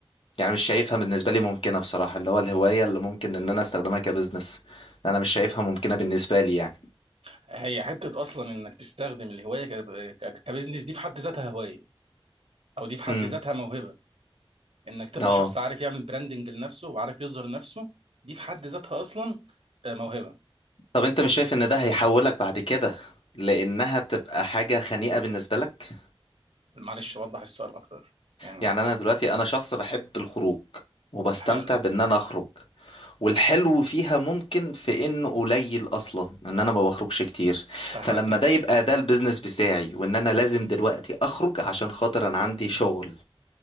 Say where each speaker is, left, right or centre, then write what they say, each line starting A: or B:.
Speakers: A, on the left; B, on the right.
A: يعني مش شايفها بالنسبة لي ممكنة بصراحة اللي هو الهواية اللي ممكن ان انا استخدمها كبزنس انا مش شايفها ممكنة بالنسبة لي يعني
B: هي حتة أصلا إنك تستخدم الهواية ك- ك- كبزنس دي في حد ذاتها هواية أو دي في حد
A: امم
B: ذاتها موهبة انك تبقى
A: اه
B: شخص عارف يعمل براندنج لنفسه وعارف يظهر نفسه دي في حد ذاتها اصلا آه، موهبة
A: طب انت مش شايف ان ده هيحولك بعد كده لانها تبقى حاجة خنيئة بالنسبة لك
B: معلش وضح السؤال اكتر يعني
A: يعني انا دلوقتي انا شخص بحب الخروج وبستمتع
B: حلو
A: بان انا اخرج والحلو فيها ممكن في انه قليل اصلا ان انا ما بخرجش كتير
B: فاهمك
A: فلما
B: جدا
A: ده يبقى ده البيزنس بتاعي وان انا لازم دلوقتي اخرج عشان خاطر انا عندي شغل